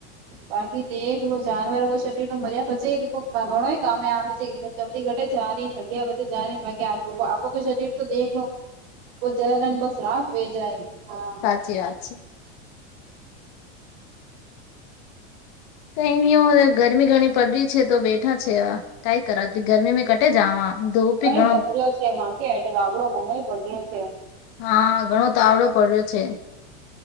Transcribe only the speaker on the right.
બાકી દેખલો જાનવર કો શરીર તો મજા પછે ઘણો કામે આવે છે. ચમડી ઘટે ચ રહી હડિયા ઘટટે ચની બાકી આપા કો શરીર તો દેખલો તો જજન બસ રાખ વે જાય હા
ઘણોય
તપર્યો છે એમાં એટલે ગાબડો ઘણો પડ્યું છે.